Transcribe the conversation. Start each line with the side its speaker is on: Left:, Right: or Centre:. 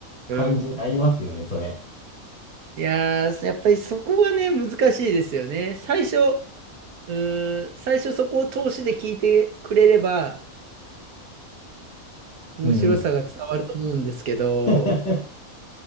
Right: うん。
Left: 感じになりますよね、それ。
Right: いやー、やっぱりそこがね、難しいですよね。最初、うーん、最初そこを通しで聞いてくれれば、面白さが伝わると思うんですけど、
Left: うんうん。<laughs>